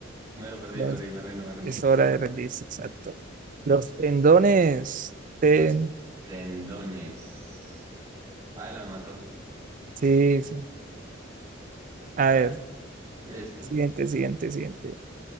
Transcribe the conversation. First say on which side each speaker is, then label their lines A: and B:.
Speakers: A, on the right; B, on the right.
A: Bueno, perdí,
B: ya.
A: perdí, me rindo, me rindo.
B: Es hora de rendirse, exacto. Los tendones tendones.
A: Los tendones. Paila me mató.
B: Sí, sí. A
A: Bueno,
B: ver,
A: listo.
B: siguiente, siguiente, siguiente.